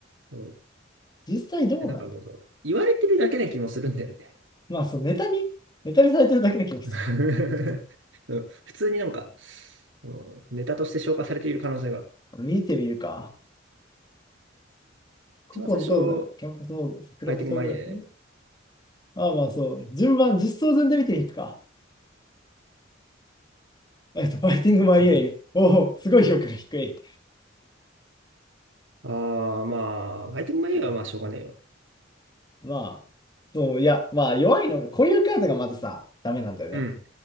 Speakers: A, on the right; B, on the left.
A: うん
B: 実際どうなんだ。
A: え、なんかもうそう、言われてるだけな気もするんだよね。
B: まあ、そう、ネタに、ネタにされてるだけな気もする。
A: <laughs> うん普通になんか、うんネタとして消化されている可能性が。
B: 見てみるか。古今東西、
A: 一番最初、フ
B: キャンパスモード、桜フォトグラフ。
A: ァイティングマイエ
B: ああ、まあそう。順番、実装順で見てみるか。えっと、ファイティングマイエイ。
A: ー
B: おお、すごい評価が低い。
A: ああー、まあ、ファイティングマイエーはまあしょうがねえよ。
B: まあ、そう、いや、まあ、弱いのが、こういうカードがまずさ、ダメなんだよね。
A: うん。